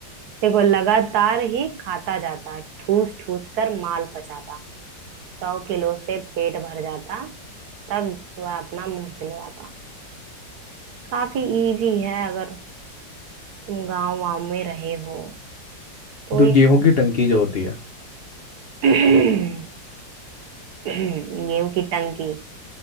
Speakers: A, on the right (about 65°); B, on the left (about 50°).
A: देखो लगातार ही खाता जाता ठूस ठूस कर माल पचाता सौ किलो से पेट भर जाता तब वह अपना मुंह सिलवाता काफी इजी है अगर तुम गांव वाँव में रहे हो तो
B: तो
A: ये
B: गेहूं
A: तो
B: की टंकी जो होती है
A: <coughs> <clears throat> गेहूं की टंकी